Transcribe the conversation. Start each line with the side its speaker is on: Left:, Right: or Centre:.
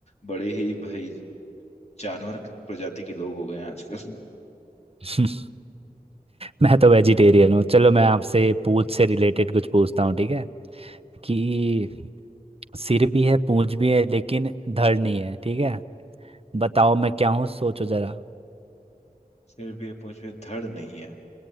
Left: बड़े ही भाई जानवर प्रजाति के लोग हो गए हैं आजकल
Right: <laughs> मैं तो वेजिटेरियन हूँ चलो मैं आपसे पूंछ से रिलेटेड कुछ पूछता हूँ ठीक है कि सिर भी है पूंछ भी है लेकिन धड़ नहीं है ठीक है बताओ मैं क्या हूँ सोचो जरा
Left: सिर भी है, पूंछ में धड़ नहीं है